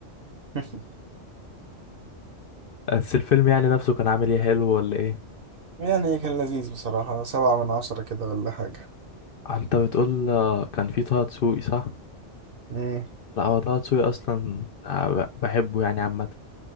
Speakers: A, on the right (about 50°); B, on the left (about 55°).
A: <laughs>
B: بس الفيلم يعني نفسه كان عامل ايه حلو ولا ايه
A: يعني كان لذيذ بصراحة سبعة من عشرة كده ولا حاجة
B: انت بتقول آه، كان في طه دسوقي صح
A: مم.
B: لا هو طه دسوقي اصلا ب- بحبه يعني عامه